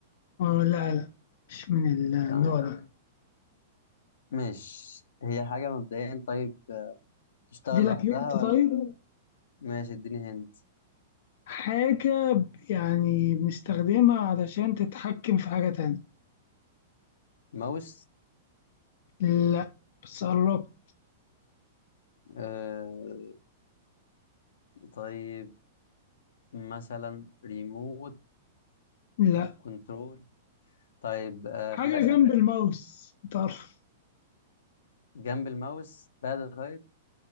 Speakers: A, on the left; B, on the left.
A: اه لا لا مش من النوع
B: تمام
A: ده
B: ماشي هي حاجة مبدئيا طيب آه، تشتغل
A: ادي لك
B: لوحدها
A: هنت
B: ولا
A: طيب
B: ماشي اديني هنت
A: حاجة ب- يعني بنستخدمها علشان تتحكم في حاجة تانية
B: ماوس
A: لا بس قربت
B: آه، طيب مثلا ريموت
A: لا
B: كنترول طيب آه،
A: حاجة
B: فلاشة
A: جنب الماوس انت عارف
B: جنب الماوس بعد طيب